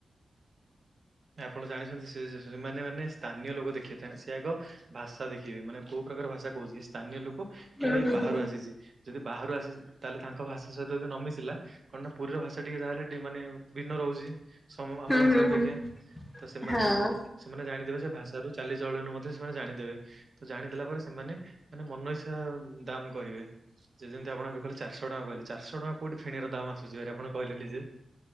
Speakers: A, on the right; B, on the left.
A: ଆପଣ ଜାଣିଚନ୍ତି ସେ ସେମାନେ ମାନେ ସ୍ଥାନୀୟ ଲୋକ ଦେଖିବେ ସେ ଆଗ ଭାଷା ଦେଖିବେ ମାନେ କୋଉ ପ୍ରକାର ଭାଷା କୋହୁଚି ଇଏ ସ୍ଥାନୀୟ ଲୋ କ
B: ହୁଁ
A: କିମ୍ବା ଏ
B: ହୁଁ
A: ବାହାରୁ
B: ହୁଁ
A: ଆସିଚି। ଯଦି ବାହାରୁ ଆସିଚ ତାହେଲେ ତାଙ୍କ ଭାଷା ସହିତ ଯଦି ନ ମିିଶିଲା। କଣ ନା ପୁରିର ଭାଷା ଟିକେ ଯାହା ହେଲେ ଟିକେ ମାନେ ଭିନ୍ନ ରହୁଚି। ସମ ଆମ
B: ହୁଁ
A: ଭାଷା
B: ହୁଁ
A: ଅପେକ୍ଷା।
B: ହୁଁ
A: ତ ସେମାନେ
B: ହଁ।
A: ସେମାନେ ଜାଣିଦେବେ ସେ ଭାଷାରୁ ଚାଲି ଚଳନିରୁ ମଧ୍ୟ ସେମାନେ ଜାଣିଦେବେ ତ ଜାଣିଦେଲା ପରେ ସେମାନେ ମାନେ ମନ ଇଛା ଦାମ୍ କହିବେ। ଯେ-ଯେମିତି ଆପଣ ଏବେ କହିଲେ ଚାରିଶହ ଟଙ୍କା କହିଲେ ଚାରିଶହ ଟଙ୍କା କୋଉଠି ଫେଣିର ଦାମ୍ ଆସୁଚିଭାରି ଆପଣ କହିଲେ ନିଜେ।